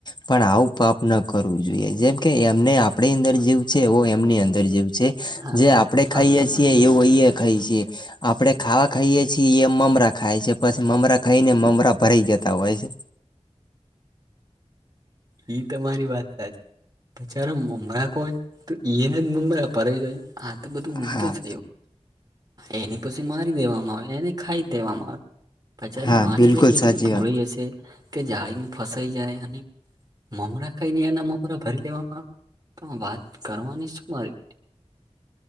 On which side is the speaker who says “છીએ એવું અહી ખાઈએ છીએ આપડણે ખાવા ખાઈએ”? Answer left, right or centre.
Left